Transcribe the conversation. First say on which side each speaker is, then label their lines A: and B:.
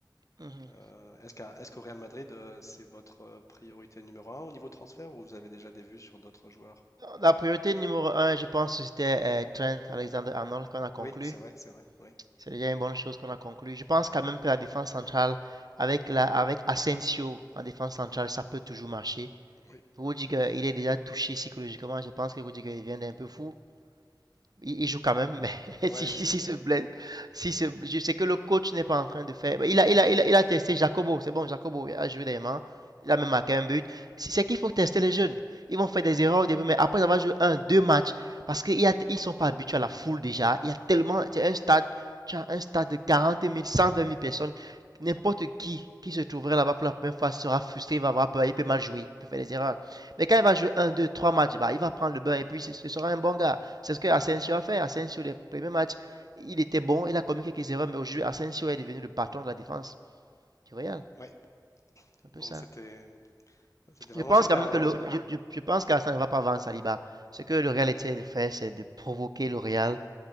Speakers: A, on the right (about 60°); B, on the left (about 45°).
A: Mhm.
B: Euh, est-ce qu'à- est-ce qu'au Real Madrid, euh, c'est votre euh, priorité numéro un au niveau transfert ou vous avez déjà des vues sur d'autres joueurs?
A: La priorité numéro un, je pense que c'était euh, Trent Alexander-Arnold qu'on a conclu.
B: Oui, c'est vrai, c'est vrai. Oui,
A: C'est déjà une bonne chose qu'on a conclu. Je pense quand même que la défense centrale, avec, la, avec Asensio en défense centrale, ça peut toujours marcher.
B: oui.
A: Rudiger, il est déjà touché psychologiquement. Je pense que Rudiger il vient d'un peu fou. Il, il joue quand même, mais
B: Ouais,
A: <laughs> si, si
B: j'ai vu là.
A: se blesse, si se, je sais que le coach n'est pas en train de faire. Il a, il a, il a, il a testé Jacobo, c'est bon, Jacobo il a joué des
B: Mm.
A: mains, il a même marqué un but. Si, C'est qu'il faut tester les jeunes. Ils vont faire des erreurs au début, mais après avoir joué un, deux matchs, parce qu'ils ne sont pas habitués à la foule déjà. Il y a tellement, c'est un stade, tu as un stade de quarante mille cent vingt mille personnes. N'importe qui qui se trouverait là-bas pour la première fois sera frustré, il va avoir peur, il peut mal jouer, il peut faire des erreurs. Mais quand il va jouer un, deux, trois matchs, bah, il va prendre le bain et puis ce sera un bon gars. C'est ce que Asensio a fait. Asensio, les premiers matchs, il était bon, il a commis quelques erreurs, mais aujourd'hui, Asensio est devenu le patron de la défense du Real.
B: Ouais,
A: Un peu
B: donc
A: ça.
B: c'était c'était vraiment
A: Je pense
B: super.
A: quand même
B: euh,
A: que le, je, je, je pense qu'Arsène ne va pas vendre Saliba. Ce que le Real essaie de faire, c'est de provoquer le Real